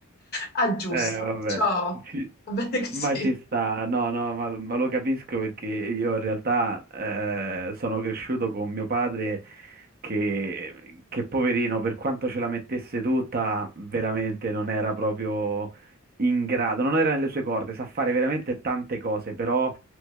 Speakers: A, on the left; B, on the right.
A: aggiusto.
B: Eh, vabbè,
A: Perciò
B: ci-
A: va bene così.
B: ma ci sta, no, no, ma, ma lo capisco perché io in realtà eh, sono cresciuto con mio padre che, che poverino, per quanto ce la mettesse tutta, veramente non era proprio in grado, non era nelle sue corde, sa fare veramente tante cose, però